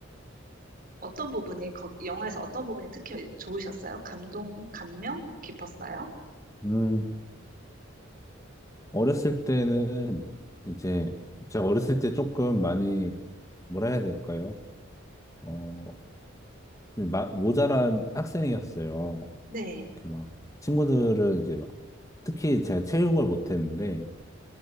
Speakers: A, on the right; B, on the left.
A: 어떤 부분이, 거, 영화에서 어떤 부분이 특히 좋으셨어요? 감동, 감명 깊었어요?
B: 음, 어렸을 때는 이제 제가 어렸을 때 조금 많이 뭐라 해야 될까요? 어, 마- 모자란 학생이었어요.
A: 네,
B: 이렇게 막 친구들은 이제 막 특히 제가 체육을 못했는데